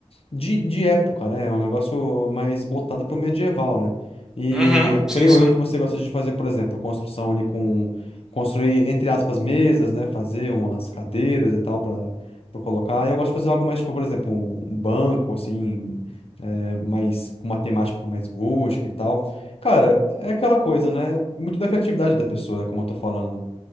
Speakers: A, on the left; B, in the centre.
A: de, de época, né? É um negócio mais voltado pro medieval, né? E
B: Uhum, sim,
A: creio
B: sim.
A: eu que você gosta de fazer, por exemplo, construção ali com... Construir, entre aspas, mesas, né? Fazer umas cadeiras e tal pra, pra colocar. E eu gosto de fazer algo mais, tipo, por exemplo, um um banco, assim... É, mais, com uma temática mais rústica e tal. Cara, é aquela coisa, né? Muito da criatividade da pessoa, né? Como eu tô falando.